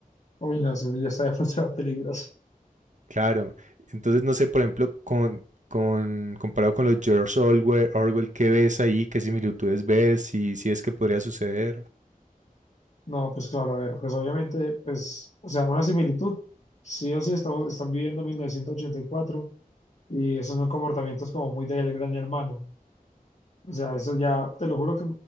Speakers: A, on the left; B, on the right.
A: Uy, no, eso ya está <laughs> demasiado peligroso.
B: Claro, entonces no sé, por ejemplo, con, con, comparado con los George Orwell, Orwell, ¿qué ves ahí? ¿Qué similitudes ves? Si, si es que podría suceder.
A: No, pues claro, a ver, pues obviamente, pues, o sea, una similitud. Sí o sí estamos, están viviendo 1984 y cuatro y esos son comportamientos como muy del gran hermano. O sea, eso ya, te lo juro que